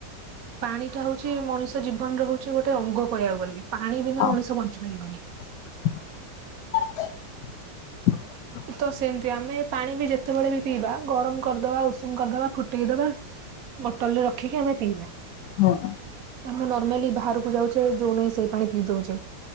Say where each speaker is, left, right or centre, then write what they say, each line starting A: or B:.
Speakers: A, on the right; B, on the left.
A: ପାଣିଟା ହଉଛି ମଣିଷ ଜୀବନରେ ହଉଛି ଗୋଟେ ଅଙ୍ଗ କହିବାକୁ ବୋଲି ପାଣି ବିନା
B: ଅ
A: ମଣିଷ ବଞ୍ଚି ପାରିବନି
B: <inaudible>
A: ତ ସେମିତି ଆମେ ପାଣି ବି ଯେତେବେଳେ ବି ପିଇବା ଗରମ କରିଦବା ଉଷୁମ କରିଦବା ଫୁଟେଇଦବା ବଟଲ ରେ ରଖିକି ଆମେ ପିଇବା
B: ହୁଁ।
A: ଆମେ ନର୍ମାଲି ବାହାରକୁ ଯାଉଛେ ଯୋଉ ନାହିଁ ସେ ପାଣି ପିଇ ଦଉଛେ